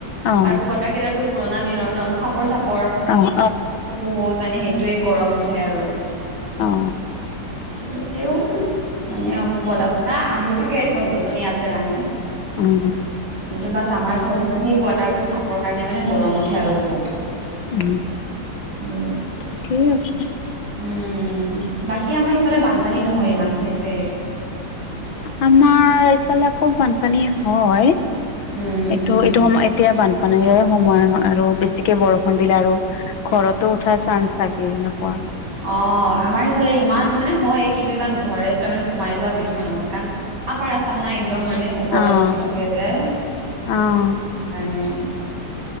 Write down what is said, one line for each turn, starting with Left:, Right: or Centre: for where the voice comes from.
Left: অ'
Right: আৰু কোৱাটাৰ কেইটাটো পুৰণা দিনৰ ন চাপৰ চাপৰ
Left: অ'
Right: বহুত মানে সেইটোৱে গৰম উঠে আৰু,
Left: অ' অ'
Right: কিন্তু তেওঁ মানে বতাহ-চতাহ আহি থাকে গছ-গছনি আছে কাৰণে।
Left: অ'
Right: কিন্তু বাছ আমাৰ ঘৰটো মানে সেই কোৱাটাৰটো চাপৰ কাৰণে মানে গৰম উঠে আৰু বহুত।
Left: উ
Right: উম
Left: ঠিকে আছে।
Right: উম, বাকী আমাৰ সেইফালে বানপানী নহয় ইমান সেইটোৱে।
Left: আমাৰ এইফালে আকৌ বানপানী হয়,
Right: উম,
Left: এইটো
Right: উম,
Left: এইটো সময় এতিয়া বানপানীৰে সময় আৰু বেছিকে বৰষুণ দিলে আৰু ঘৰত টো উঠাৰ চান্স থাকে এনেকুৱা।
Right: অঁ আমাৰ সিফালে ইমান মানে হয় কিন্তু ইমান ঘৰে চৰে মানে সোমাই যোৱা বিধৰ নহয়। কাৰণ আপাৰ আচাম না একদম মানে ওপৰত
Left: অ',
Right: থাকে যে সেইকাৰণে।
Left: অ',